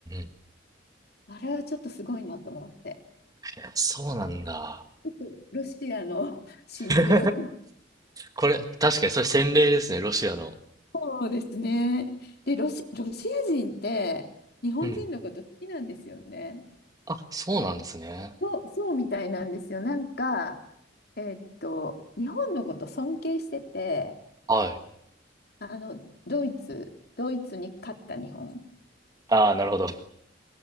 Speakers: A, on the right; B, on the left.
A: ん。
B: あれはちょっとすごいなと思って
A: えそうなんだ。
B: ちょっとロシアの <laughs> 真髄を
A: <laughs> これ、確かにそれ洗礼ですね、ロシアの。
B: そうですねでロシ、ロシア人って日本人のこと好きなんですよね
A: うん。あ、そうなんですね。
B: そう、そうみたいなんですよ。なんか、えーっと、日本のこと尊敬してて、
A: はい。
B: あの、ドイツ、ドイツに勝った日本っ
A: ああ、なるほど。